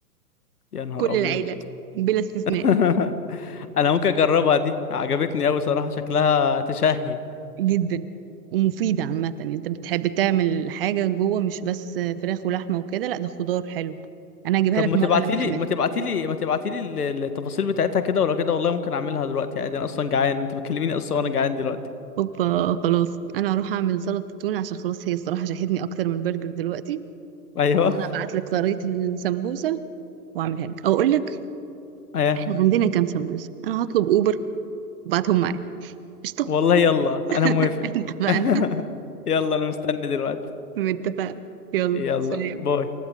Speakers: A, on the left; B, on the right.
A: يا نهار
B: كل
A: ابيض
B: العيله بلا استثناء
A: <laughs> انا ممكن اجربها دي عجبتني قوي صراحة شكلها تشهي
B: جدا ومفيده عامه يعني انت بتحب تعمل حاجه جوه مش بس فراخ ولحمه وكده لا ده خضار حلو انا هجيبها
A: طب
B: لك
A: ما
B: مره
A: تبعتيلي
B: لما نعملها
A: ما تبعتيلي ما تبعتيلي ال- التفاصيل بتاعتها كده ولا كده والله ممكن اعملها دلوقتي عادي انا اصلا جعان انت بتكلميني اصلا وانا جعان دلوقتي
B: اوبا خلاص انا هروح اعمل سلطه تونه عشان خلاص هي الصراحه شاهدني اكتر من برجر دلوقتي
A: ايوه
B: وانا هبعت لك طريقه السمبوسه واعملها لك او اقول لك
A: ايوه
B: احنا عندنا كام سمبوسه انا هطلب اوبر وبعتهم معايا قشطة
A: والله يلا انا
B: <laughs>
A: موافق
B: اتفقنا
A: <laughs> يلا انا مستني دلوقتي
B: متفقين يلا
A: يلا
B: سلام
A: باي